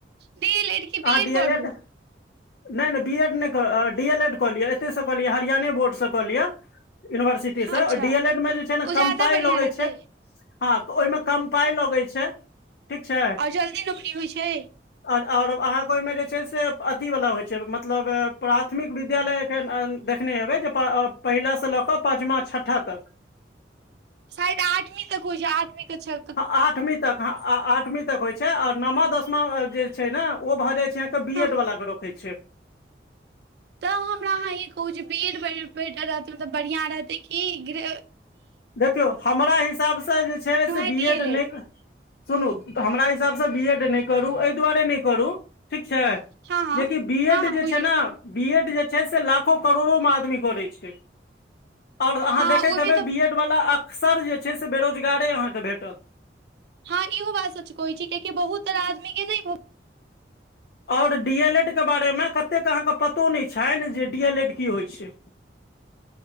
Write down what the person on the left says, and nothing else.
आहां डी
एल एड नहि नहि बी एड नहि क डी एल एड कऽ लियअ एतहिसँ कऽ लियअ हरियाणे बोर्डसँ कऽ लिअ यूनिवर्सिटी
से
और डी एल एड मे जे छै ने
कम
पाय
लगै
छै हँ तऽ ओहिमे कम पाइ लगैत छै ठीक छै
आओर और अहाँके ओहिमे जे छै से अथीवला होइ छै मतलब प्राथमिक विद्यालय फेर देखने हेबै जे प पहिला सँ लऽ केऽ पाँचमा छठा तक
आठवीं तक ह आठवीं तक होइ छै आ नमा दसमा जे छै ने ओ भऽ जाय छै कियेक तऽ बी
एड वला के रोखय छै
देखियौ हमरा हिसाबसँ जे छै से
बी
एड
नय सुनू हमरा हिसाबसँ बी एड नहि करू एहि दुआरे नहि करू ठीक छै
जे कि बी
एड
जे
छै ने बी एड जे छै से लाखो करोड़ो मे आदमी करै छै आओर अहाँ
देखैत
हेबै
बी एड वला अक्सर जे छै से बेरोजगारे अहाँके भेटत
आओर डी एल एड के बारे मे कतेक अहाँके पतो नहि छैन जे डी एल एड की होइ छै